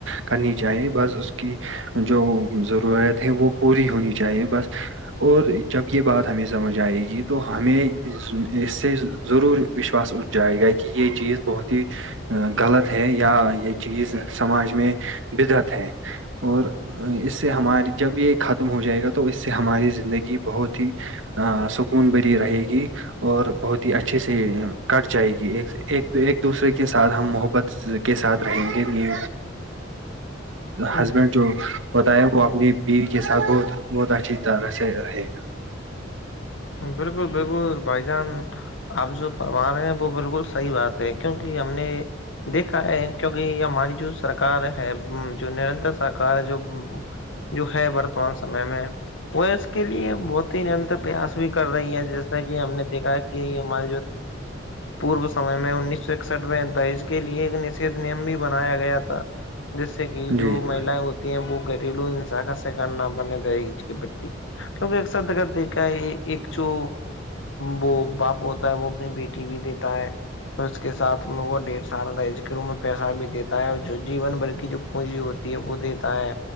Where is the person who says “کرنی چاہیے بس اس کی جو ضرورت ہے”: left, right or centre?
Right